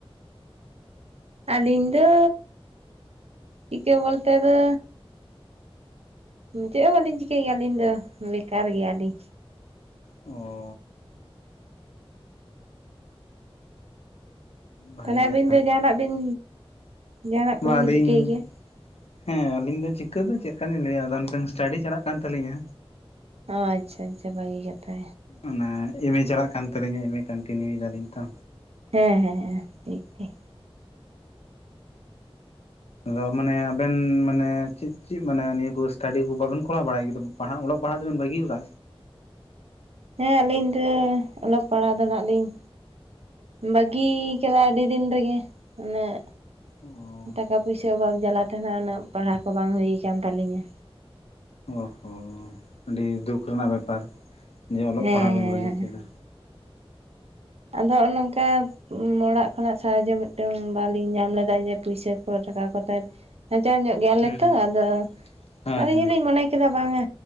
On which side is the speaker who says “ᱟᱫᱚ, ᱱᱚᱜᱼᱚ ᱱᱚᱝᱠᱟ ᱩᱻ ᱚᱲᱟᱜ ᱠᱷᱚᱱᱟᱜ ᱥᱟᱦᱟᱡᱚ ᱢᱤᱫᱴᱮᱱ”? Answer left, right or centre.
Right